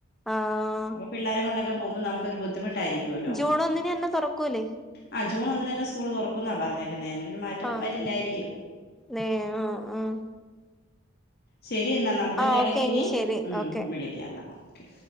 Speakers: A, in the centre; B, on the left.
A: ആഹ്
B: അപ്പൊ പിള്ളാരെ കൊണ്ടൊക്കെ പോകുമ്പോ നമുക്കൊരു ബുദ്ധി ബുദ്ധിമുട്ടായിരിക്കുമല്ലോ
A: ജൂൺ ഒന്നിന് തന്നെ തൊറക്കൂലേ
B: ആഹ് ജൂൺ ഒന്നിന് തന്നെ സ്കൂൾ തുറക്കു ക്കുന്നാ പറഞ്ഞേക്കുന്നേ എനിരു മാറ്റം
A: ആഹ്
B: വരില്ലായിരിക്കും
A: നേ ആഹ് ആഹ്
B: ശരി എന്നാ നമുക്കന്നടക്കിനി
A: ആഹ് ഓക്കെ എങ്കി ശരി
B: ഉം
A: ഓക്കെ
B: വിളിക്കാം എന്നാ ഓക്കെ